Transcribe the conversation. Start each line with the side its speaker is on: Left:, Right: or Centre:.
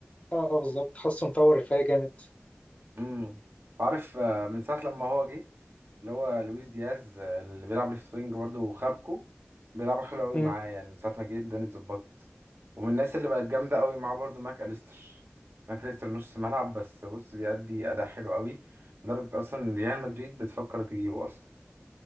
Left: اه اه بالظبط حاسه مطور الفريق جامد
Right: امم عارف آه، من ساعة لما هو جه اللي هو لويس دياز آه، اللي بيلعب ليفت وينج برضه وخابكو بيلعبوا حلو قوي
Left: مم.
Right: معاه يعني من ساعة ما جه الدنيا اتظبطت ومن الناس اللي بقت جامدة قوي معاه برضه ماك أليستر ماك أليستر نص ملعب بس بص بيأدي أداء حلو قوي لدرجة أصلا ريال مدريد بتفكر تجيبه أصلا